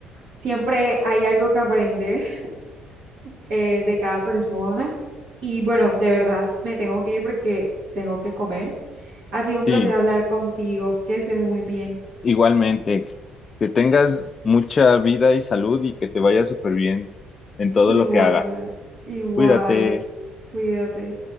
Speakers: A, on the right; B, on the left.
A: Siempre hay algo que aprender <laughs> eh, de cada persona. Y bueno, de verdad me tengo que ir porque tengo que comer. Ha sido un
B: Sí,
A: placer hablar contigo. Que estés muy bien.
B: Igualmente, que tengas mucha vida y salud y que te vaya súper bien en todo
A: Igual,
B: lo que hagas.
A: igual.
B: Cuídate.
A: Cuídate.